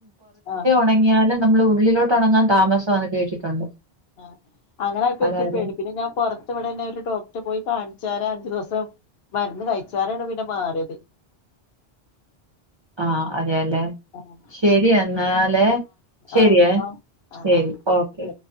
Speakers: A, on the left; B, on the right.
A: ആഹ്
B: ഒണങ്ങിയാലും നമ്മള് ഉള്ളിലോട്ട് ഇണങ്ങാൻ താമസംന്ന് കേട്ടിട്ടുണ്ട്
A: ആഹ് അങ്ങനെയപ്പൊ
B: അതാല്ലേ
A: എനക്കൊരു പേടി പ്പിന്നെ ഞാൻ പൊറ. ഇ ഇവിടെന്നെ ഒരു ഡോക്ടർ പോയി കാണിച്ചാര അഞ്ചു ദിവസം മരുന്ന് കഴിച്ചാരാണ് പിന്നെ മാറിയത്
B: ആഹ് അതെയല്ലേ
A: ആഹ്
B: ശരി എന്നാല ശരിയ
A: ആഹ് ആഹ് ആഹ്
B: ശരി
A: ആഹ്
B: ഓക്കെ
A: ശരി